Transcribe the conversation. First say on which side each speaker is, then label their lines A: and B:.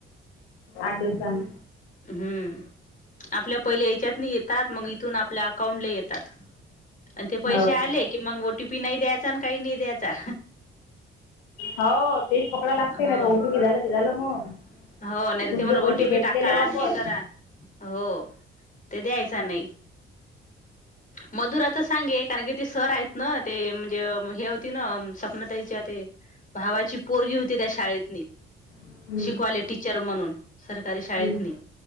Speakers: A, on the left (about 75°); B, on the left (about 25°).
A: आठ दिवसान.
B: हम्म. आपल्या पहिले याच्यात येतात मग इथून आपल्या अकाउंटला येतात आणि ते पैसे
A: हो
B: आले
A: का
B: कि मग ओ टी पी नाही द्यायचा आणि काही नाही द्यायचा.
A: हो तेच पकडा लागते
B: हो
A: ना ओ टी पी झालं की झालं मग.
B: हो नाही तर
A: तुमचे
B: ते मला
A: पैसे
B: ओ टी
A: घेतलेले
B: पी टाका
A: वापस
B: आणि हे करा हो ते द्यायच नाही. मधुरा तर सांगे कारण की ते सर आहेत ना ते म्हणजे हे होती ना स्वप्न ताईच्या ते भावाची पोरगी होती त्या शाळेत
A: हं,
B: शिकवाले टीचर म्हणून सरकारी शाळेतली.
A: हं,